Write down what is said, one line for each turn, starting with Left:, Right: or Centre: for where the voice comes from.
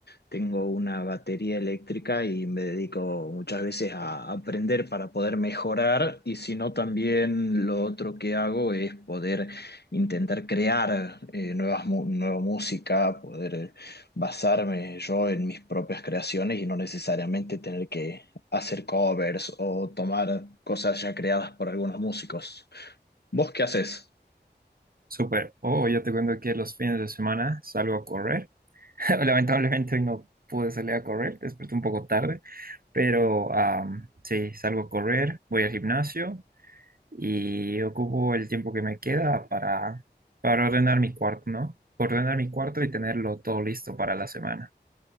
Left: Tengo una batería eléctrica y me dedico muchas veces a aprender para poder mejorar y si no también lo otro que hago es poder intentar crear eh, nuevas mu- nueva música, poder eh, basarme yo en mis propias creaciones y no necesariamente tener que hacer covers o tomar cosas ya creadas por algunos músicos. ¿Vos qué haces?
Right: Súper. Oh, yo te cuento que los fines de semana salgo a correr. <laughs> Lamentablemente hoy no pude salir a correr, desperté un poco tarde. Pero am, sí, salgo a correr, voy al gimnasio y ocupo el tiempo que me queda para, para ordenar mi cuarto, ¿no? Ordenar mi cuarto y tenerlo todo listo para la semana.